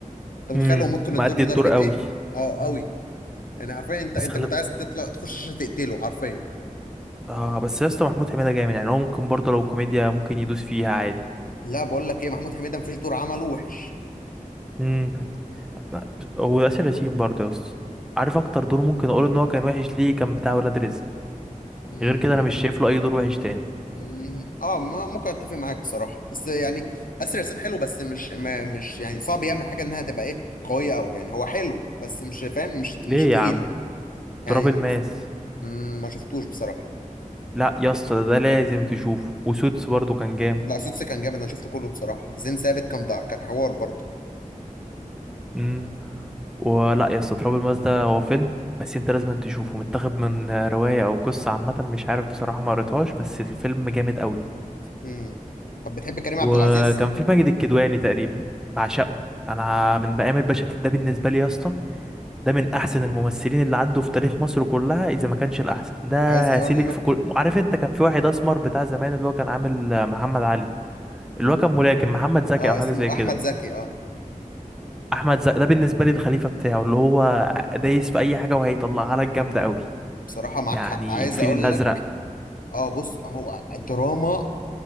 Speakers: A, on the left; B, in the centre.
A: انت متخيل
B: امم
A: هو ممكن
B: مأدي
A: الدور لدرجة
B: الدور قوي
A: ايه اه
B: مم.
A: قوي يعني حرفيا انت
B: بس
A: انت
B: خلي
A: كنت عايز تطلع تخش الشاشة تقتله حرفيا
B: اه بس يا اسطى محمود حميدة جامد يعني هو ممكن برضه لو كوميديا ممكن يدوس فيها عادي
A: لا بقول لك ايه محمود حميدة مفيش دور عمله وحش
B: امم لا، هو ياسر ياسين برضه يا اسطى عارف اكتر دور ممكن اقول ان هو كان وحش ليه كان بتاع ولاد رزق
A: مم.
B: غير كده انا مش شايف له اي دور وحش تاني
A: مم. اه ما ممكن اتفق معاك بصراحة بس يعني اسر ياسين حلو بس مش ما مش يعني صعب يعمل حاجة انها تبقى ايه قوية قوي يعني هو حلو بس مش فاهم مش
B: ليه
A: مش تقيل
B: يا عم
A: يعني
B: تراب الماس
A: مم، ما شفتوش بصراحة
B: لا يا اسطى ده, ده لازم تشوفه وسوتس برضه كان جامد
A: لا سوتس كان جامد انا شفته كله بصراحه زين ثابت كان دع... كان حوار برضه
B: امم ولا يا اسطى تراب الماس ده هو فيلم بس انت لازم تشوفه متاخد من رواية او قصة عامة مش عارف بصراحة ما قريتهاش بس الفيلم جامد قوي
A: امم طب بتحب كريم
B: وكان
A: عبد العزيز
B: في ماجد الكدواني تقريبا بعشقه انا من بقام الباشا تلميذ ده بالنسبه لي يا اسطى ده من احسن الممثلين اللي عدوا في تاريخ مصر كلها اذا ما كانش الاحسن ده
A: عايز اقول
B: سيلك
A: لك
B: في كل عارف انت كان في واحد اسمر بتاع زمان اللي هو كان عامل آه، محمد علي اللي هو كان ملاكم محمد زكي
A: اه
B: او حاجه
A: اسمه
B: زي كده
A: احمد زكي اه
B: احمد زكي ده بالنسبه لي الخليفه بتاعه اللي هو دايس في اي حاجه وهيطلعها لك جامده قوي
A: بصراحه معاك
B: يعني
A: حق عايز
B: الفيل
A: اقول
B: الازرق
A: لك اه بص هو دراما